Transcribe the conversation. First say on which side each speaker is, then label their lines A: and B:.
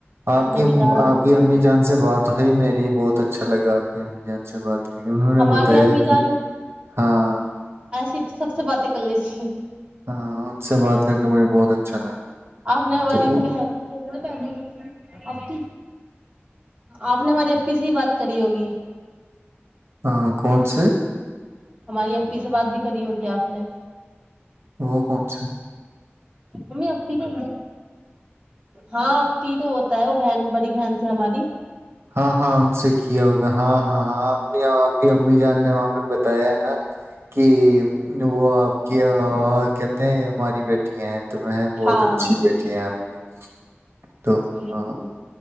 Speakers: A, on the right (about 70°); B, on the right (about 25°).
A: آپ
B: میں
A: کی
B: بیچارہ ڈورمون
A: آپ کی امی جان سے بات ہوئی میری بہت اچ اچھا لگا آپ کے امی جان ا سے بات کی انہوں
B: ہماری
A: نے بتایا
B: امی جان
A: کہ ہاں
B: ایسی سب سے باتیں کر لیجیے
A: ہاں ان سے بات کر کے مجھے بہت اچھا لگا
B: آپ نے ہماری
A: تو
B: بہن پہ آ کی آپ نے ہماری اپی سے ہی بات کری ہوگی
A: ہاں کون سے
B: ہماری اپی سے بات بھی کری ہوگی آپ نے
A: وہ کون سےا
B: امی ا تو ہاں اپی تو ہوتا ہے وہ بہن بڑی بہن سے ہماری
A: ہاں ہاں ان سے کیا ہوگا ہاں ہاں ہاں امی جان نے بتایا نا کہ <inaudible> وہ آپ کے کیا <unintelligible> ہماری بیٹیاں ہیں <unintelligible> تو میں بہت
B: ہاں
A: اچھی بیٹی ہیں آپ کی تو
B: ٹھیک
A: ہاں